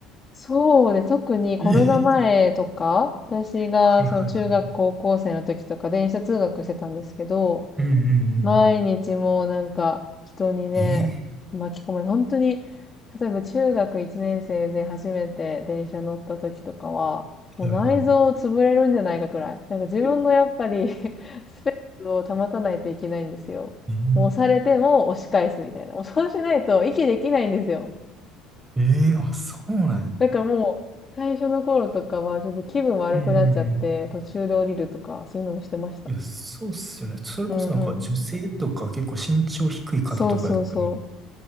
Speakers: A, on the left; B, on the right.
A: そうで、特にコロナ前とか、
B: えー
A: 私がその中学高校生の時とか電車通学してたんですけど、
B: はいはいはい。うん。うんうんうん
A: 毎日もうなんか人にね、
B: えー
A: 巻き込まれて、本当に、例えば中学1年生で初めて電車乗った時とかは、もう内臓潰れるんじゃないかくらい。
B: はいはい。
A: なんか自分のやっぱり
B: え
A: <laughs> スペースを保たないといけないんですよ。
B: え
A: もう押されても押し返すみたいな。もうそうしないと息できないんですよ。
B: えーあ、そうなんや。
A: だからもう、最初の頃とかは、ちょっと気分悪くなっちゃって、
B: うんうん
A: 途中で降りるとか、そういうのもしてました。
B: うん。いや、そうっすよね。それこそなんか女性とか結構身長低い方とかやったらね
A: うんうん。そうそうそう。